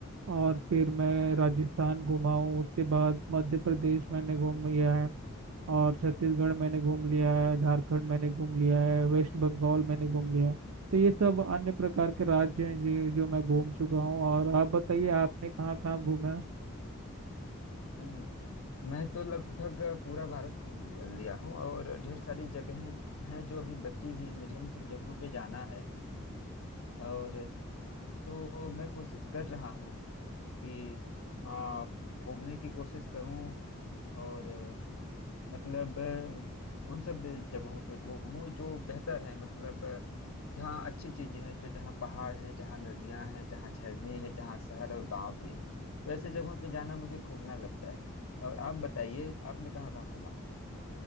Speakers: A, on the right; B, on the left.
A: और फिर मैं राजस्थान घुमा हूँ उसके बाद मध्य प्रदेश मैंने घूम लिया है और छत्तीसगढ़ मैंने घूम लिया है झारखंड मैंने घूम लिया है वेस्ट बंगाल मैंने घूम लिया है तो ये सब अन्य प्रकार के राज्य हैं जो जो मैं घूम चुका हूँ और आप बताइए आपने कहाँ कहाँ घूमा है
B: हम्म हम्म। मैं तो लगभग पूरा भारत घूम लिया हूँ और ढेर सारी जगहें हैं जो अभी बची हुई हैं मुझे उन सब जगहों पे जाना है और तो मैं कोशिश कर रहा हूँ कि आ, घूमने की कोशिश करूँ और मतलब अ, उन सब जगहों पे घूमूं जो बेहतर है मतलब अ, जहाँ अच्छी चीजें हैं जो जहाँ पहाड़ हैं जहाँ नदियां हैं जहाँ झरने हैं जहाँ शहर और गांव भी हैं तो ऐसे जगहों पे जाना मुझे घूमना लगता है और आप बताइए आपने कहाँ कहाँ घूमा